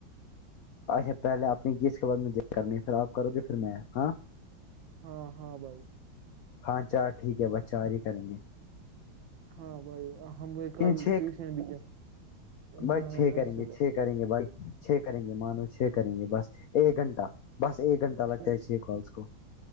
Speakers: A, on the left; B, on the right.
A: اچھا پہلے آپ نے کی اس کے بعد مجھے کرنی پھر آپ کرو گے پھر میں ہاں
B: ہاں ہاں بھائی
A: ہاں چار ٹھیک ہے بس چار ہی کریں گے
B: ہاں بھائی ہم نے کل
A: ان چھ
B: ٹیوشن بھی کیا
A: بھائی
B: جانا
A: چھ
B: ہے
A: کریں
B: نا صبح
A: گے چھ کریں گے بھائی چھے کریں گے مانو چھے کریں گے بس ایک گھنٹہ بس ایک گھنٹہ لگتا
B: ٹھیک
A: ہےے کالس کو